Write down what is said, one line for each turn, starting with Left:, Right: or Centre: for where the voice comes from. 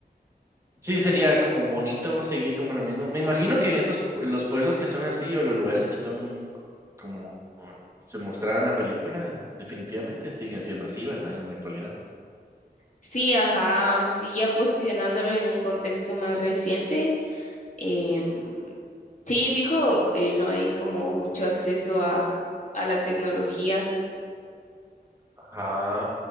Right: Sí, sería como bonito seguir como lo mismo. Me imagino que en esos pue- los pueblos que son así o los lugares que son como se mostraba en la película, definitivamente siguen siendo así, ¿verdad? En la actualidad.
Left: sí, ajá, sí, ya posicionándolo en un contexto más reciente. em, sí, fijo, eh, no hay como mucho acceso a, a la tecnología.
Right: Ajá.